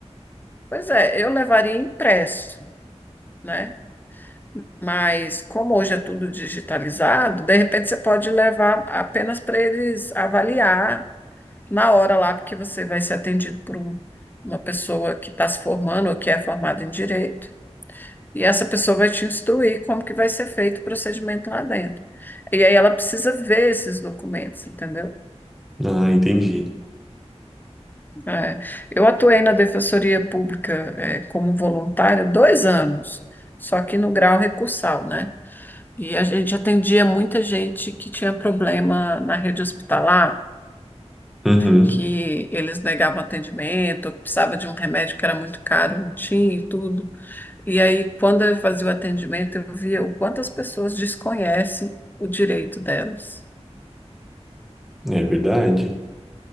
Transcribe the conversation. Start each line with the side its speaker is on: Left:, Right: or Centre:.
Left: Pois é, eu levaria impresso, né? Mas como hoje é tudo digitalizado, de repente você pode levar apenas para eles avaliar na hora lá, porque você vai ser atendido por um- uma pessoa que está se formando ou que é formada em direito, e essa pessoa vai te instruir como que vai ser feito o procedimento lá dentro. E aí ela precisa ver esses documentos, entendeu?
Centre: Ah, entendi.
Left: É, eu atuei na Defensoria Pública, é, como voluntária dois anos, só que no grau recursal, né? E a gente atendia muita gente que tinha problema na rede hospitalar,
Centre: Uhum,
Left: que eles negavam atendimento, ou que precisava de um remédio que era muito caro, não tinha e tudo. E aí, quando eu fazia o atendimento, eu via o quanto as pessoas desconhecem o direito delas.
Centre: é verdade.